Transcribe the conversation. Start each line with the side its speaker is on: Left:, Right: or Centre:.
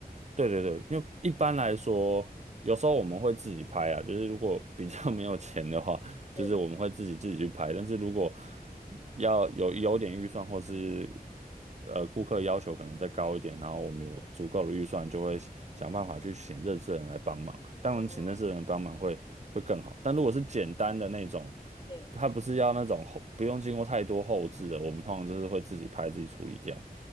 Right: 对对对对，因为一般来说，有时候我们会自己拍啊，就是如果比较没有钱的话，
Left: 嗯，
Right: 就是我们会自己自己去拍，
Left: 对
Right: 但是如果要有有点预算，或是呃顾客要求可能再高一点，然后我们有足够的预算，
Left: 对，
Right: 就会想办法去请认识的人来帮忙。当然，
Left: 哦，
Right: 请认识的人帮忙会会更好，但如果是简单的那种。
Left: 对，
Right: 它不是要那种后，不用经过太多后置的，我们通常就是会自己拍自己处理掉。